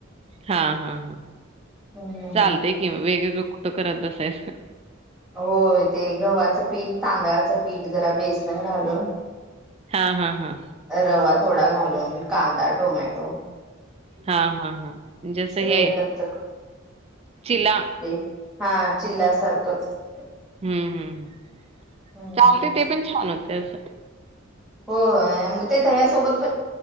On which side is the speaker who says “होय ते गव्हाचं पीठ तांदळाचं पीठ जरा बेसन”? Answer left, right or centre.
Centre